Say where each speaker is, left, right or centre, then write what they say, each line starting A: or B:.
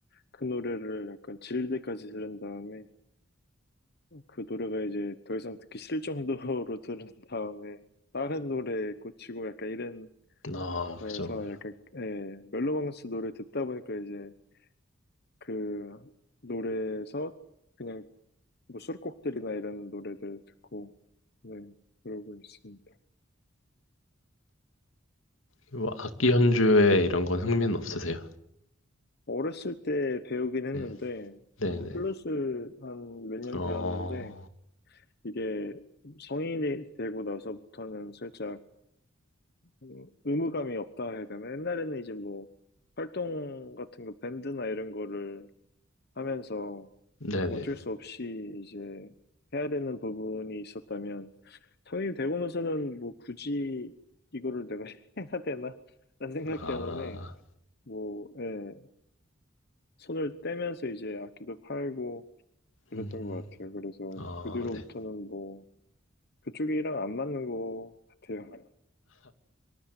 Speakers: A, on the left (about 55°); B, on the left (about 85°).
A: 그 노래를 약간 질릴 때까지 들은 다음에 그 노래가 이제 더 이상 듣기 싫을 정도로 <laughs> 들은 다음에 다른 노래에 꽂히고 약간 이런
B: 아,
A: 거여서
B: 그죠.
A: 약간, 예, 멜로망스 노래 듣다 보니까 이제 그 노래에서 그냥 뭐 수록곡들이나 이런 노래들 듣고, 네, 그러고 있습니다.
B: 뭐 악기 연주에 이런 건 흥미는 없으세요?
A: 어렸을 때 배우긴 했는데,
B: 네. 네,
A: 음,
B: 네.
A: 플러스 한 몇 년
B: 어,
A: 배웠는데, 이게 성인이 되고 나서부터는 살짝 음, 의무감이 없다 해야 되나? 옛날에는 이제 뭐 활동 같은 거, 밴드나 이런 거를 하면서
B: 네,
A: 어쩔
B: 네.
A: 수 없이 이제 해야 되는 부분이 있었다면, 성인이 되고 나서는 뭐 굳이 이거를 내가 <laughs> 해야 되나? 라는 생각
B: 아,
A: 때문에, 뭐, 예, 손을 떼면서 이제 악기도 팔고, 그랬던
B: 음,
A: 것 같아요. 그래서
B: 아,
A: 그 뒤로부터는
B: 네.
A: 뭐 그쪽이랑 안 맞는 것 같아요. <laughs>